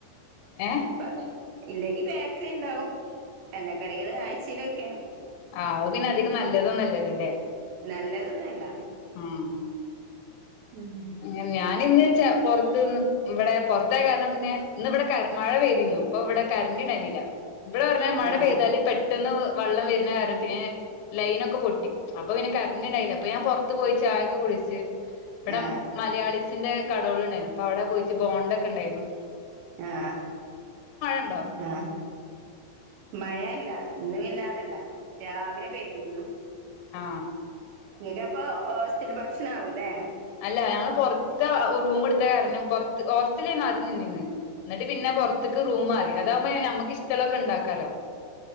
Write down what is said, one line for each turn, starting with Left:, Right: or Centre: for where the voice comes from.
Left: ഏഹ്
Right: <unintelligible> ഇല്ലെങ്കി ബേക്കറി ഇണ്ടാവും എണ്ണക്കടികള് ആഴ്ചയിലോ ക്കെ
Left: ആ പിന്നെ അധികം നല്ലതൊന്നും അല്ലല്ലോ ലേ
Right: നല്ലതൊന്നല്ല
Left: ഉം
Right: ഉം
Left: അങ്ങനെ ഞാൻ ഇന്ന് പോറത്തുന്ന് ഇവിടെ പോറത്തായി കാരണം പിന്നെ ഇന്ന് ഇവിടെ മഴ പെയ്തിനു അപ്പോ ഇവിടെ കറന്റ് ഇണ്ടായിനില്ല ഇവിടെ പറഞ്ഞാല് മഴ
Right: ആഹ്
Left: പെയ്താല് പെ ട്ടന്ന് വെള്ളം വരുന്ന കാരണം പിന്നെ ലൈനൊക്കെ പൊട്ടി അപ്പോ പിന്നെ കറന്റ് ഇണ്ടായില്ല അപ്പോ ഞാൻ പുറത്ത് പോയി ചായൊക്കെ കുടിച്ച് ഇവിടെ
Right: ആ
Left: മലയാളീസിന്റെ കടോള് ഉണ്ടായിരുന്നു അപ്പോ അവിടെ പോയിട്ട് ബോണ്ട ഒക്കെണ്ടായിരുന്നു
Right: ആ
Left: ഉണ്ടോ
Right: ആ മഴ ഇല്ല ഇന്നുവാല്ല അതല്ല രാവിലെ പെയ്തിരുന്നു
Left: ആ
Right: നിങ്ങക്ക് അപ്പോ സ്ഥിര ഭക്ഷ ലവുലെ
Left: അല്ല ഞങ്ങ പോറത്ത റൂം എടുത്ത കാരണം പുറത്ത് ഹോസ്റ്റലിൽ ആദ്യം നിന്നിന്ന് എന്നിട്ട് പിന്നെ പുറത്തേക്ക് റൂം മാറി അതാകുമ്പോ നമുക്ക് ഇഷ്ടോള്ളതൊക്കെ ഉണ്ടാക്കാലോ